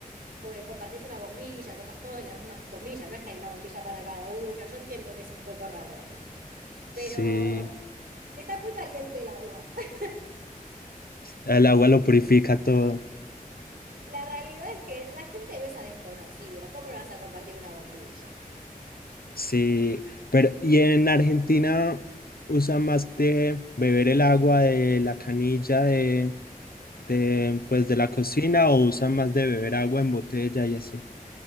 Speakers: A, on the right; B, on the left.
A: Porque compartís una bombilla, tomás todos de la misma bombilla, no es que hay una bombilla para cada uno, yo entiendo que es un poco raro. pero
B: Sí,
A: está muy caliente el agua. <laughs>
B: el agua lo purifica todo.
A: La realidad es que la gente besa a desconocidos, ¿cómo no vas a compartir una bombilla?
B: Sí, pero y en Argentina usan más de beber el agua de la canilla de, de pues de la cocina o usan más de beber agua en botella y así.